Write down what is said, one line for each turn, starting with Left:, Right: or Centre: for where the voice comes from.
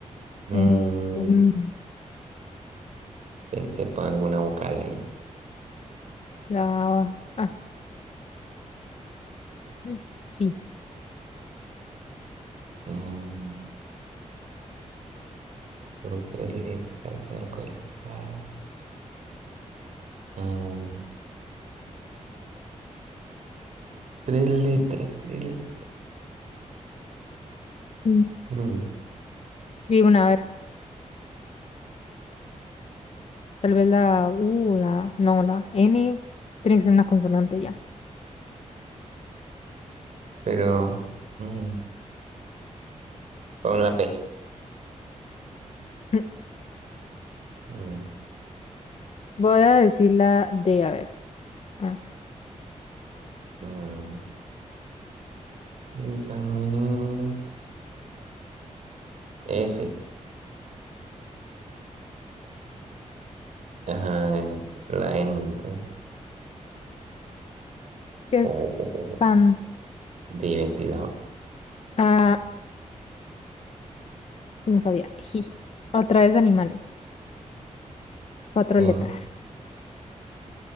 Right: Mm,
Left: Eh, mm,
Right: pensé pon alguna vocal ahí.
Left: la... Ah, <gasps> sí.
Right: Mm, solo tres letras, algo al ah, mm, tres letras, tres letras.
Left: Mm.
Right: Mm,
Left: Digo, una, a ver. Tal vez la U, la... No, la N. Tiene que ser una consonante ya.
Right: pero mm, pon la P.
Left: <clears throat>
Right: No,
Left: Voy a decir la D, a ver. Ah,
Right: no. Y pon es F. Ajá, es la N entonces.
Left: ¿qué
Right: Jo,
Left: es
Right: jo, jo, jo,
Left: fan?
Right: De ventilador.
Left: Ah, no sabía. Jiji. Otra vez animales. Cuatro
Right: ok.
Left: letras.